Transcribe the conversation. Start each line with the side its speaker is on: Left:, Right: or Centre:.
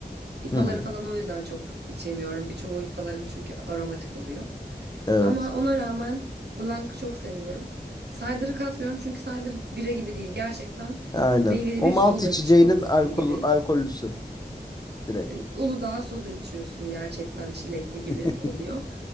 Right: İpaları
Left: Hı hı.
Right: falan o yüzden çok içemiyorum. Birçoğu ipaların çünkü aromatik oluyor.
Left: Evet.
Right: Ama ona rağmen Blanc'ı çok seviyorum. Cider'ı katmıyorum çünkü cider bira gibi değil. Gerçekten
Left: Aynen.
Right: meyveli
Left: O
Right: bir
Left: malt
Right: soda
Left: içeceğinin
Right: içiyormuşsun
Left: alkol,
Right: gibi.
Left: alkollüsü direkt.
Right: Yani Uludağ soda içiyorsun gerçekten çilekli gibi
Left: <laughs>
Right: oluyor.